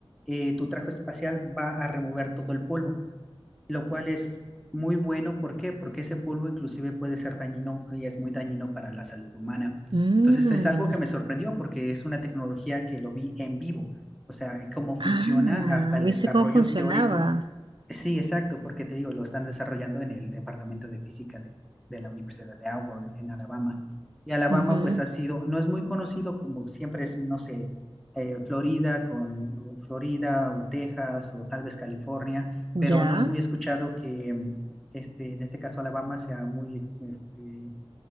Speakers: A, in the centre; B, on the right.
A: eh, tu traje espacial va a remover todo el polvo lo cual es muy bueno. ¿Por qué? Porque ese polvo inclusive puede ser dañino y es muy dañino para la salud humana.
B: Mm.
A: Entonces es algo que me sorprendió porque es una tecnología que lo vi en vivo, o sea, cómo
B: Ah,
A: funciona hasta el
B: ¿viste
A: desarrollo
B: cómo funcionaba?
A: teórico Sí, exacto, porque te digo, lo están desarrollando en el Departamento de Física de, de la Universidad de Auburn, en Alabama. Y Alabama,
B: Ujú.
A: pues ha sido, no es muy conocido como siempre es, no sé, eh, Florida con o Florida o Texas o tal vez California, pero
B: Ya.
A: no es muy escuchado que mm, este, en este caso Alabama sea muy este,